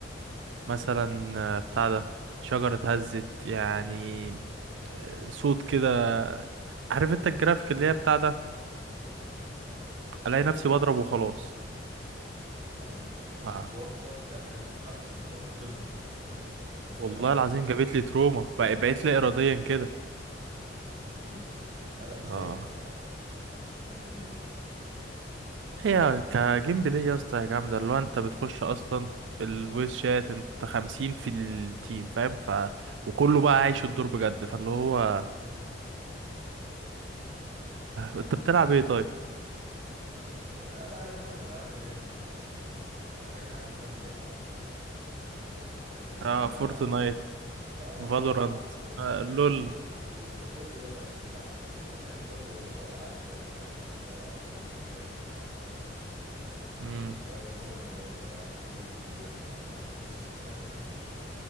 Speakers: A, on the right (about 75°); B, on the right (about 40°).
A: مثلا آه، بتاع ده شجرة اتهزت يعني آه، صوت كده عارف انت الجرافيك اللي هي بتاع ده الاقي نفسي بضرب وخلاص
B: آه، أنت
A: ف-
B: تتوتر تلاقي حاجات بتتحرك قدامك تضرب <laughs> الفاضي
A: والله
B: على المجال
A: العظيم جابت لي تروما بق- بقيت لا اراديا كده
B: امم لا لا بس
A: اه
B: هي هي الصراحة شكلها جميل
A: هي كجيم بلاي يا اسطى يا جامدة اللي هو انت بتخش اصلا الفويس شات انت خمسين في التيم فاهم ف وكله بقى عايش الدور بجد فاللي هو
B: <laughs>
A: انت بتلعب ايه طيب
B: بص انا لا انا بلعب الالعاب اللي هي ال- اي حد فاهم بيلعبها ما احسش
A: اه
B: ان انا
A: فورتنايت
B: اه يعني
A: فالورانت
B: بقى لعبت لعبت
A: آه لول
B: فورت وبز كل ده بقى بيتلعب كل ده بحب برضه العاب زي مثلا لا العاب القصه الحلوه
A: امم
B: آه، سبايدر مان بقى ريد ديد ريديمشن ديس ستراندنج